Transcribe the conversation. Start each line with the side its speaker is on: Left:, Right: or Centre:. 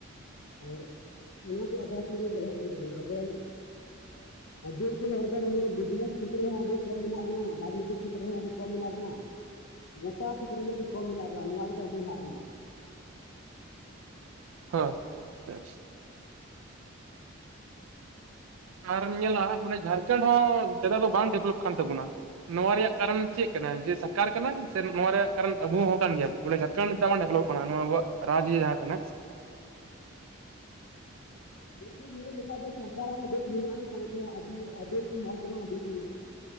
Left: ᱟᱨ ᱚᱱᱟ ᱠᱚ ᱟᱫᱷᱟᱨ ᱛᱮᱜᱮ ᱠᱚ ᱪᱟᱞᱟᱜ ᱠᱟᱱ ᱛᱟᱵᱚᱱᱟ ᱟᱵᱚᱨᱮᱱ ᱟᱹᱫᱤᱵᱟᱹᱥᱤ ᱦᱚᱲ ᱫᱚ ᱢᱟᱱᱮ ᱵᱤᱡᱽᱱᱮᱥ ᱪᱷᱮᱛᱨᱚ ᱦᱚᱸ ᱟᱹᱰᱤ ᱠᱚᱢ ᱢᱮᱱᱟᱜ ᱵᱚᱱᱟ ᱨᱟᱡᱽᱱᱤᱛᱤ ᱪᱷᱮᱛᱨᱮᱚ ᱦᱚᱸ ᱟᱹᱰᱤ ᱠᱚᱢ ᱢᱮᱱᱟᱜ ᱵᱚᱱᱟ᱾ ᱜᱚᱴᱟ ᱠᱷᱮᱛᱨᱮ ᱨᱮᱜᱮ ᱟᱹᱰᱤ ᱠᱚᱢ ᱢᱮᱱᱟᱜ ᱵᱚᱱᱟ ᱱᱚᱣᱟ ᱤᱭᱟᱹᱛᱮ ᱵᱟᱵᱚᱱ ᱞᱟᱦᱟᱜ ᱠᱟᱱᱟ᱾
Right: ᱦᱮᱸ <inaudible> ᱟᱨᱚᱢ ᱧᱮᱞᱟ ᱢᱟᱱᱮ ᱡᱷᱟᱲᱠᱷᱚᱸᱰ ᱦᱚᱸ ᱫᱚᱢᱮ ᱫᱚ ᱵᱟᱝ ᱰᱮᱵᱷᱞᱚᱯ ᱠᱟᱱ ᱛᱟᱵᱚᱱᱟ ᱱᱚᱣᱟ ᱨᱮᱭᱟᱜ ᱠᱟᱨᱚᱱ ᱪᱮᱫ ᱠᱟᱱᱟ ᱡᱮ ᱥᱚᱨᱠᱟᱨ ᱠᱟᱱᱟ ᱥᱮ ᱱᱚᱣᱟ ᱨᱮᱭᱟᱜ ᱠᱟᱨᱚᱱ ᱟᱵᱩ ᱦᱚᱸ ᱠᱟᱱ ᱜᱮᱭᱟ ᱵᱚᱱ ᱵᱚᱞᱮ ᱡᱟ. ᱛ ᱟᱵ ᱰᱮᱵᱞᱚᱯ ᱠᱟᱱᱟ ᱱᱚᱣᱟ ᱟᱵᱚᱣᱟᱜ ᱨᱟᱡᱽ ᱜᱮ ᱡᱟᱦᱟᱸ ᱠᱟᱱᱟ᱾
Left: ᱱᱚᱣᱟ ᱨᱮ ᱧᱮᱞ ᱞᱮᱱᱠᱷᱟᱱ ᱫᱚ ᱥᱚᱨᱠᱟᱨᱟᱜ ᱦᱚᱸ ᱫᱳᱥ ᱢᱮᱱᱟᱜᱼᱟ, ᱥᱟᱶᱛᱮ ᱟᱵᱚ ᱟᱫᱤᱢ ᱦᱚᱲ ᱦᱚᱯᱚᱱᱟᱜ ᱦᱚᱸ ᱫᱳᱥ ᱢᱮᱱᱟᱜᱼᱟ᱾